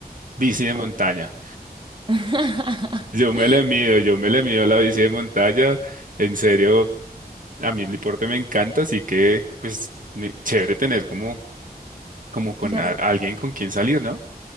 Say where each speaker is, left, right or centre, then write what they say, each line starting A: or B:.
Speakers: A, on the right; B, on the right.
A: bici de montaña.
B: Ok. <laughs>
A: Yo me le mido, yo me le mido a la bici de montaña, en serio, a mí el deporte me encanta, así que pues me- chévere tener como,
B: <laughs>
A: como con
B: ¿Y lo has-
A: a- alguien con quien salir, ¿no?